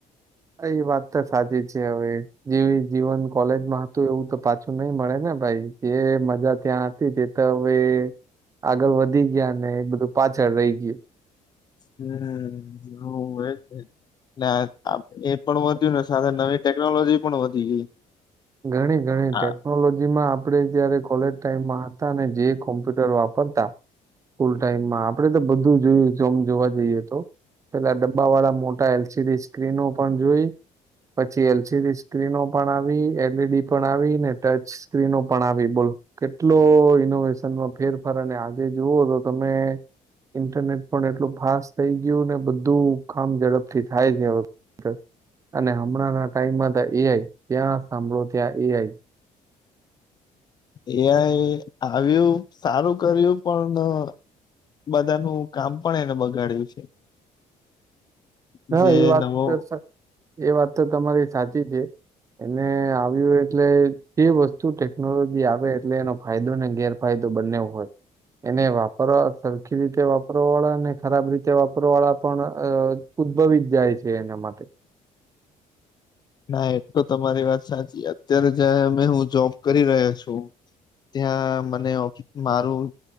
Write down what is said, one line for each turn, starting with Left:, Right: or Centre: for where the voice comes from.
Right: એ વાત તો સાચી છે હવે જેવી જીવન કોલેજમાં હતું એવું તો પાછું નઈ મળે ને ભાઈ. જે મજા ત્યાં હતી તે તો હવે આગળ વધી ગયા એ બધું પાછળ રહી ગયું.
Left: હમ્મ, હમ્મ. હા વો એજ ને ને એ પણ વધ્યું ને સાથે નવી ટેકનોલોજી પણ વધી ગઈ.
Right: ઘણી ઘણી
Left: હા
Right: ટેકનોલોજી માં આપે જયારે કોલેજ ટાઈમમાં હતા ને જે કોમ્પ્યુટર વાપરતા સ્કૂલ ટાઈમમાં આપડે તો બધું જોયું જોમ જોવા જઈએ તો. પેલા ડબ્બા વાળા મોટા એલ સીડી સ્ક્રીનો પણ જોઈ, પછી એલસીડી સ્ક્રીનો પણ આવી એલ એલડી પણ આવીને ટચ સ્ક્રીનો પણ આવી બોલો કેટલો ઇનોવેશનમાં ફેરફાર અને આજે જુવો તો તમે ઇન્ટરનેટ પણ એટલું ફાસ્ટ થઈ ગયું ને બધું કામ ઝડપથી થાય છે હવે <unintelligible> અને હમણાં ટાઈમમાં એ આઈ ત્યાં સાંભળો ત્યાં એ આઈ
Left: એ આઈ આવ્યું સારું કર્યું પણ અહ બધાનું કામ પણ એને બગાડ્યું છે.
Right: હા
Left: જે
Right: એ વાત
Left: નવો
Right: તો સા એ વાત તો તમારી સાચી છે. એને આવ્યું એટલે જે વસ્તુ ટેકનોલોજી આવે એટલે એનો ફાયદો ને ગેરફાયદો બંને હોય એને વાપરવા સરખી રીતે વાપ કરવા વાળાને ખરાબ રીતે વાપ ઉપરવાળા પણ અહ ઉદ્ભવી જાય છે એના માટે.
Left: ના એતો તમારી વાત સાચી અત્યારે જ હું જોબ કરી રહ્યો છું ત્યાં મને ઓફ મારું